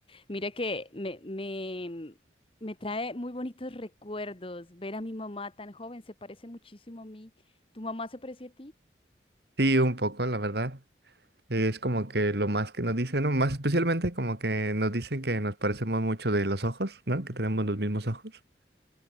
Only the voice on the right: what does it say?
Sí, un poco, la verdad. Es como que lo más que nos dicen, ¿no? Más especialmente como que nos dicen que nos parecemos mucho de los ojos, ¿no? Que tenemos los mismos ojos.